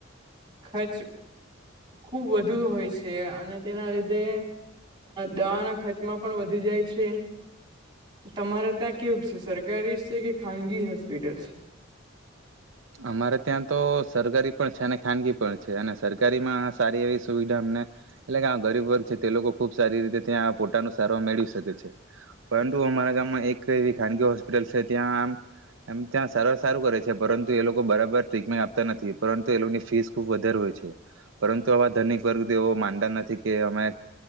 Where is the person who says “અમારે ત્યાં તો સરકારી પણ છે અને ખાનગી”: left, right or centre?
Right